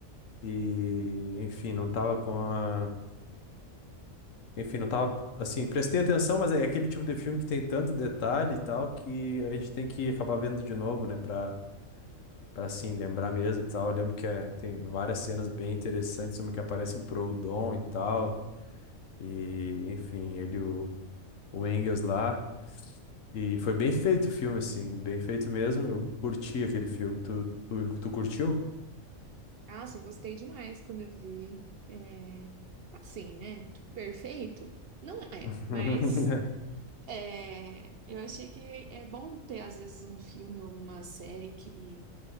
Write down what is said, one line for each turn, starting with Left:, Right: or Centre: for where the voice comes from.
Left: e, enfim, não tava com a. Enfim, não tava, assim, prestei atenção, mas é aquele tipo de filme que tem tanto detalhe e tal que a gente tem que acabar vendo de novo, né? Pra, pra assim, lembrar mesmo e tal. Eu lembro que é- tem várias cenas bem interessantes, uma que aparece o Proudhon e tal, e, enfim, ele e o, o Engels lá. E foi bem feito o filme, assim, bem feito mesmo. Eu curti aquele filme. Tu, tu, tu curtiu?
Right: Nossa, eu gostei demais quando eu vi. É, assim, né? Perfeito? Não é,
Left: <laughs>
Right: mas. É, eu achei que é bom ter, às vezes, um filme ou alguma série que